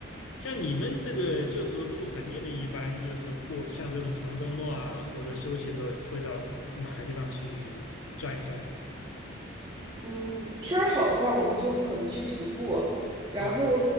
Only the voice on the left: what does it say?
像你们这个就是说，如果本地人一般就是过像这种长周末啊，或者休息的时候，会到哪个地方去转一转呢？
啊